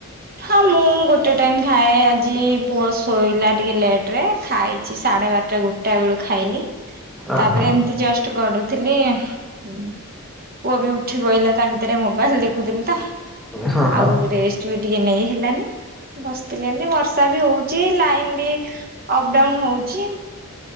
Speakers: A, on the right; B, in the centre.
A: ହଁ ମୁଁ ଗୋଟେ ଟାଇମ ଖାଏ ଆଜି ପୁଅ ଶୋଇଲା ଟିକେ ଲେଟ ରେ ଖାଇଛି ସାଢେ ବାରଟା ଗୋଟ ଟା ବେଳୁ ଖାଇଲି
B: ଓହୋ
A: ତାପରେ ଏମତି ଜଷ୍ଟ ଗଡୁଥିଲି ପୁଅ ବି ଉଠି ପଇଲା ତା ଭିତରେ ମୋବାଇଲ ଦେଖୁଥିଲି ତ
B: ହଁ ହଁ
A: ଆଉ ରେଷ୍ଟ ବି ଟିକେ ନେଇ ହେଲାନି ବସିଥିଲି ଏମତି ବର୍ଷା ବି ହଉଛି ଲାଇନ ବି ଅପ ଡାଉନ ହଉଛି